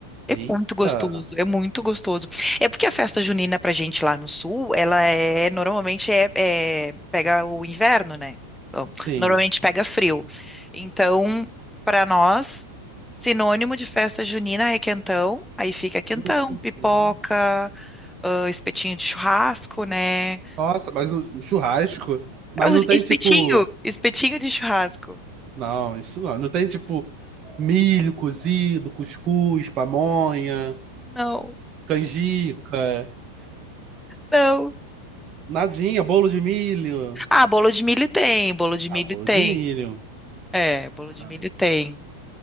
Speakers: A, in the centre; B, on the right.
A: É
B: Eita,
A: muito gostoso, é muito gostoso. É porque a festa junina pra gente lá no sul, ela é normalmente é, é- pega o inverno, né? Então,
B: sim.
A: normalmente pega frio. Então, pra nós, sinônimo de festa junina é quentão, aí fica quentão,
B: Uhum.
A: pipoca, ah, espetinho de churrasco, né?
B: Nossa, mas no no churrasco, mas
A: É o
B: não tem
A: espetinho,
B: tipo,
A: espetinho de churrasco.
B: não, isso não, não tem tipo milho cozido, cuscuz, pamonha,
A: Não,
B: canjica,
A: não.
B: nadinha, bolo de milho.
A: Ah, bolo de milho tem, bolo de
B: Ah,
A: milho
B: bolo
A: tem.
B: de milho,
A: É, bolo de
B: sabe?
A: milho tem.